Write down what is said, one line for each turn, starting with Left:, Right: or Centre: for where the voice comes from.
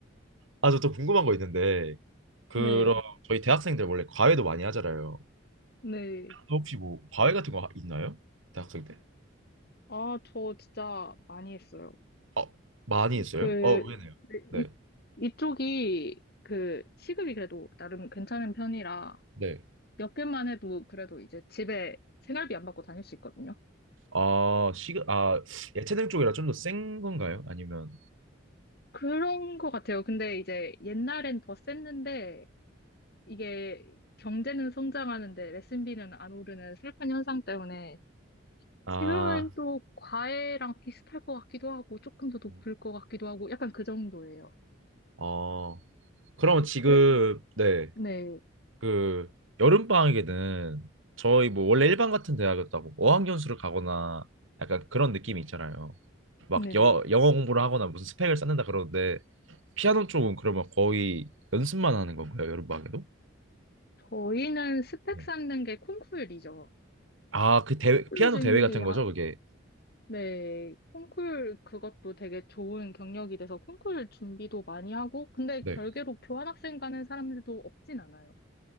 Right: 아, 저 또 궁금한 거 있는데 그럼
Left: 네,
Right: 저희 대학생들 원래 과외도 많이 하잖아요.
Left: 네.
Right: 아, 혹시 뭐 과외 같은 거 하- 있나요? 대학생 때?
Left: 아, 저 진짜 많이 했어요.
Right: 어, 많이 있어요?
Left: 그,
Right: 어, 왜네요? 네,
Left: 이, 이쪽이 그 시급이 그래도 나름 괜찮은 편이라
Right: 네.
Left: 몇 개만 해도 그래도 이제 집에 생활비 안 받고 다닐 수 있거든요.
Right: 아, 시그 아, 야채들 쪽이라 좀 더 센 건가요? 아니면
Left: 그런 것 같아요. 근데 이제 옛날엔 더 셌는데 이게 경제는 성장하는데 레슨비는 안 오르는 슬픈 현상 때문에
Right: 아,
Left: 지금은 또 과외랑 비슷할 것 같기도 하고, 조금 더 높을
Right: 음,
Left: 것 같기도 하고, 약간 그 정도예요.
Right: 어, 그러면 지금
Left: 그래서,
Right: 네,
Left: 네,
Right: 그 여름 방학에는 저희 뭐 원래 일반 같은 대학이었다고 어학연수를 가거나 약간 그런 느낌이 있잖아요. 막
Left: 네네.
Right: 여, 영어 공부를 하거나 무슨 스펙을 쌓는다 그러는데 피아노 쪽은 그러면 거의 연습만 하는 건가요? 여름 방학에도?
Left: 저희는 스펙
Right: 네.
Left: 쌓는 게 콩쿨이죠.
Right: 아, 그 대회
Left: 콩쿨
Right: 피아노
Left: 준비,
Right: 대회 같은
Left: 하
Right: 거죠, 그게.
Left: 네, 콩쿨 그것도 되게 좋은 경력이 돼서 콩쿨 준비도 많이 하고, 근데
Right: 네.
Left: 별개로 교환학생 가는 사람들도 없진 않아요.